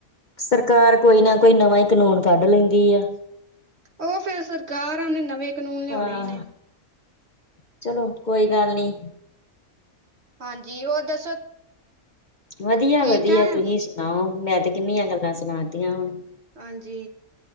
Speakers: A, on the left; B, on the right.
A: ਸਰਕਾਰ ਕੋਈ ਨਾ ਕੋਈ ਨਵਾਂ ਈ ਕਾਨੂੰਨ ਕੱਢ ਲੈਂਦੀ ਆ।
B: ਓਹ ਫੇਰ ਸਰਕਾਰਾਂ ਨੇ ਨਵੇਂ ਕਾਨੂੰਨ ਲਿਆਉਣੇ
A: ਹਾਂ
B: ਈ ਨੇ।
A: ਚਲੋ, ਕੋਈ ਗੱਲ ਨੀ।
B: ਹਾਂਜੀ, ਹੋਰ ਦੱਸੋ
A: ਵਦੀਆ-ਵਦੀਆ,
B: ਠੀਕ ਠਾਕ
A: ਤੁਸੀਂ ਸੁਨਾਓ, ਮੈਂ ਤੇ ਕਿੰਨੀਆਂ ਗੱਲਾਂ ਸੁਨਾਤੀਆਂ ਹੁਨ।
B: ਆਂਜੀ,